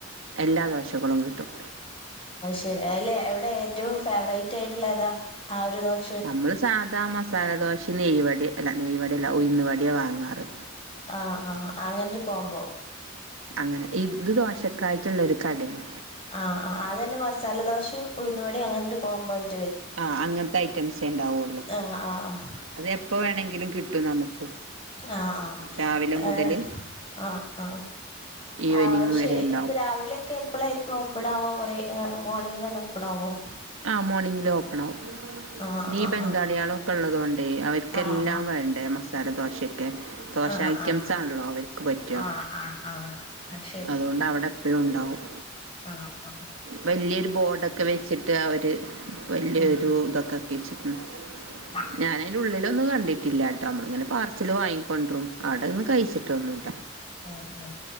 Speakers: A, on the right; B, on the left.
A: എല്ലാ ദോശകളും കിട്ടും.
B: രി <unintelligible> അയിലെ അവിടെ ഏറ്റവും ഫേവറേറ്റ് ആയിട്ടുള്ള ഏതാ? ആ ഒരു ദോഷ
A: നമ്മള് സാധാ മസാലദോശീം നെയ്യ് വടി അല്ല നെയ് വടെല്ല ഉയുന്ന് വട്യാ വാങ്ങാറ്.
B: ആ ആഹ അങ്ങനൊരു കോമ്പോ
A: അങ്ങനെ ഇതു ദോശക്കായിട്ടുള്ളൊരു കടെണ്.
B: ആ ആ അതെന്നെ മസാലദോശയും ഉയുന്ന് വടയും അങ്ങനൊരു കോമ്പോ ആയി.
A: ആ അങ്ങൻത്തെ ഐറ്റംസേ ണ്ടാവൊള്ളു.
B: ആഹ് ആഹ് ആഹ്
A: അത് എപ്പോ വേണെങ്കിലും കിട്ടും നമുക്ക്.
B: ആ ആ
A: രാവിലെ മുതല്
B: എയ <unintelligible> ആ ആ
A: ഈവനിങ്
B: ആ അത്ശെരി
A: വരെ ഉണ്ടാവും
B: അപ്പൊ രാവിലെക്കെ. എപ്പ്ളായിരിക്കും ഓപ്പാണാവ കൊറെ അ് മോർണിങ്ങിലെന്നെ ഒപ്പണാവോ?
A: ആ മോർണിംഗില് ഓപ്പണാവും.
B: ആഹ്
A: നീ ബംഗാളിയാളൊക്ക
B: ആഹ്
A: ള്ളതോണ്ടേ അവർക്ക്ല്ലാം
B: ആഹ്
A: വേണ്ടേ മസാല ദോശെ
B: ആഹ്
A: ദോശ ഐറ്റംസാണല്ലോ
B: ആഹ് ആഹ്
A: അവർക്ക് പറ്റാ.
B: ആഹ് ആഹ് ആഹ് ആഹ് അത്
A: അതോണ്ട് അവടെ പ്പേം ഉണ്ടാവും.
B: ആ ആ
A: വല്ല്യരു ബോർഡൊക്കെ വെച്ചിട്ട് അവര് വലിയൊരു
B: ഉം ഉം
A: തൊക്കെക്കാക്കി വെച്ചിക്ക്ണ്.
B: ആഹ്
A: ഞാൻ അയിന്റെ ഉള്ളിലൊന്നും കണ്ടിട്ടില്ലാട്ടോ മ്മള് ങ്ങനെ പാർസല് വാങ്ങിക്കൊണ്ട്‌റും. അവ്ടെന്ന് കഴിച്ചിട്ടൊന്നൂല്ല.
B: ം